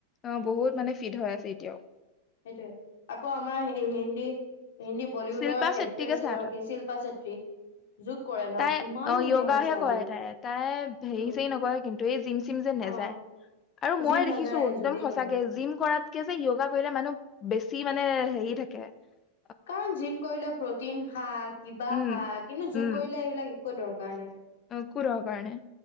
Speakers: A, on the left; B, on the left.
A: অ' বহুত মানে ফিট হৈ আছে এতিয়াও।
B: সেইটোৱেই। আকৌ আমাৰ এই হেন্দি সখিনি বলিউডৰ
A: শিল্পা চেট্টিকে
B: এক্ট্ৰেছ
A: চা
B: এগৰাকী
A: তাত
B: শিল্পা চেত্ৰী যোগ কৰে ন
A: তাই
B: কিমান
A: অ'
B: ধুনীয়া
A: য়োগাহে
B: হৈছে আজিও
A: কৰে তাই তাই হে
B: উম
A: চেৰি নকৰে কিন্তু এই <unintelligible> যে নাযায়
B: অ
A: আৰু
B: জিম
A: মই দেখিছো
B: নাযায়
A: এক্দম
B: যোগে
A: সঁচাকে
B: কৰে
A: জিম কৰাতকে যে য়োগা কৰিলে মানুহ বেছি মানে হেৰি থাকে <inaudible>
B: কাৰন জিম কৰিলে প্ৰটিন খাত কিবা
A: উম
B: খা, কিন্তু যোগ
A: উম
B: কৰিলে এইেইবিলাক একো দৰকাৰ নাই।
A: অ কোৰৰ কাৰণে